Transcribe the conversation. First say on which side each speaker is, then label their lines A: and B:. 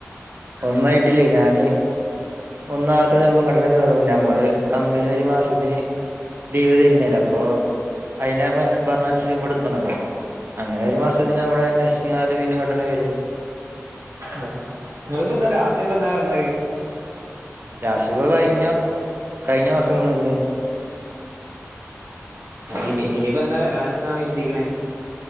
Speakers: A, on the right (about 45°); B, on the right (about 75°).
A: ഒന്നായിട്ടില്ലേ ഞാന് ഒന്നാത്തത് ചെൽപ്പം ഇങ്ങട്ടന്നെ കേറും ഞമ്മള് കമ്പനി ഒരു മാസത്തിന് ലീവ് തരുന്നല്ലപ്പൊ അയിന പന പറഞ്ഞൻഷ് ഇബടെത്തണല്ലോ അങ്ങനെ ഒരു മാസത്തിന് അവിടെ അന്വേഷ്ച്ച്ങ്ങാണ്ട്‌ പിന്നെ ഇങ്ങട്ടന്നേ വരും
B: അവിടെ ഇങ്ങള്പ്പോന്നാ ലാസ്റ്റ്പ്പ എന്ന വന്നേ
A: ലാഷിപ്പ കഴിഞ്ഞ കഴിഞ്ഞ മാസം വന്ന്ക്ക്ണ്
B: ഇനി ഇനിപ്പന്ന വരാനെന്ന എത്തി ക്കണെ